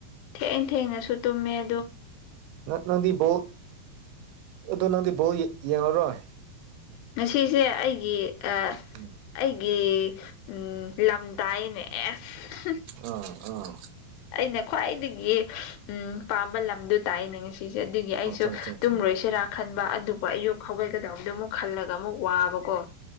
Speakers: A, on the left (about 85°); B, on the right (about 80°).
A: ꯊꯦꯡꯅ ꯊꯦꯡꯅꯁꯨ ꯇꯨꯝꯃꯦ ꯑ
B: ꯅꯪꯗꯤ ꯕꯣ ꯑꯗꯨ ꯅꯪꯗꯤ ꯕꯣ ꯌꯦꯡꯂꯡꯉꯔꯣꯏ
A: ꯉꯁꯤꯁꯦ ꯑꯩꯒꯤ ꯑ
B: ꯎꯝ
A: ꯑꯩꯒꯤ ꯎ ꯂꯝꯗꯥꯏꯅꯦ ꯑꯦꯁ
B: ꯑꯥ ꯑꯥ
A: ꯑꯩꯅ ꯈ꯭ꯋꯥꯏꯗꯒꯤ ꯎꯝ ꯄꯥꯝꯕ ꯂꯝꯗꯣ ꯇꯥꯛꯅꯦ ꯉꯁꯤꯁꯦ ꯑꯗꯨꯒꯤ
B: ꯑꯆꯥ ꯑꯆꯥ ꯑꯆꯥ
A: ꯇꯔꯣꯏꯁꯦ ꯔ ꯈꯟꯕ ꯑꯗꯨꯄ ꯑꯌꯨꯛ ꯍꯧꯥꯎꯒꯠꯒꯗꯕꯗꯣ ꯑꯃꯨꯛ ꯈꯜꯂꯒ ꯑꯃꯨꯛ ꯋꯥꯕꯀꯣ